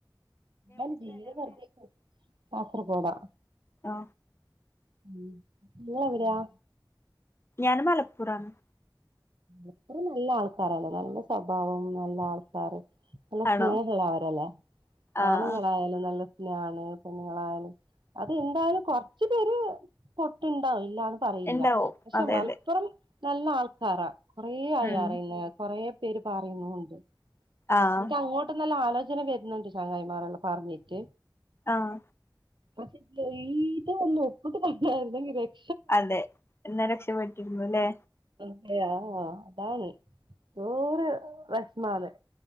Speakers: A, on the right; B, on the left.
A: ഞാൻ ജീത വറുതേ കാസർപോടാ
B: ആ
A: <unintelligible> ഉ നിങ്ങളെവിടെയാ
B: ഞാന് മലപ്പുറന്ന്
A: അത്ര നല്ല ആൾക്കാരല്ലോ നല്ല സ്വഭാവം നല്ല ആൾക്കാര് നല്ല
B: ആണോ
A: സ്നേഹള്ള അവരല്ലേ
B: ആഹ്
A: ആണുങ്ങളായാലും നല്ല പിന്നാണ് പെണുങ്ങളായാലും അത് എന്തായാലും കൊറച്ചു പേര് പൊട്ടുണ്ടാവും ഇല്ലന്ന് പറയല്ല
B: ഇണ്ടാവും
A: പക്ഷെ
B: അതെ
A: മലപ്പുറം
B: അതെ
A: നല്ല ആൾക്കാരാ കൊറെ ആയി
B: ഉം
A: അറിയുന്ന കൊറെ പേര് പറയുന്നുണ്ട്
B: ആഹ്
A: എനിക്ക് അങ്ങോട്ട്ന്നല്ലാം ആലോച ജന വരുന്നുണ്ട് ചങ്ങായിമാർല്ലാം പറഞ്ഞിട്ട്
B: ആഹ
A: മറ്റെ ഇ ഇത് ഒന്ന് ഒപ്പട്ട് പ ഇുന്നങ് ഇര <unintelligible>
B: അതെ എന്നാ രക്ഷപട്ടിരുന്നു അല്ലേ
A: അയാ അതാണ് നൂറ് വിഷമാന്ന്